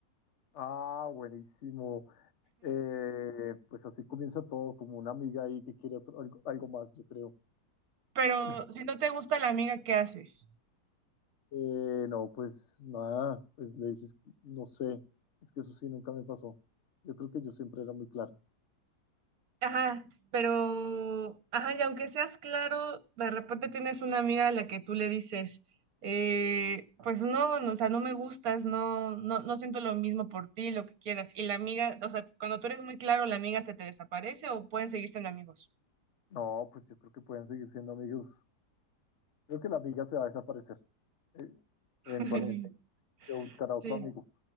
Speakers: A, on the left (about 50°); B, on the right (about 60°).
A: Ah, buenísimo. Eh, pues así comienza todo, como una amiga ahí que quiere otro- algo, algo más, yo creo.
B: Pero
A: <laughs>
B: si no te gusta la amiga, ¿qué haces?
A: Eh, no, pues nada, pues le dices, no sé, es que eso sí nunca me pasó. Yo creo que yo siempre era muy claro.
B: Ajá, pero, ajá, y aunque seas claro, de repente tienes una amiga a la que tú le dices, eh, pues no, no, o sea, no me gustas, no, no, no siento lo mismo por ti, lo que quieras. Y la amiga, o sea, cuando tú eres muy claro, la amiga se te desaparece o pueden seguir siendo amigos.
A: No, pues yo creo que pueden seguir siendo amigos. Creo que la amiga se va a desaparecer, eh,
B: <laughs>
A: eventualmente. Se va a buscar a otro
B: Sí,
A: amigo.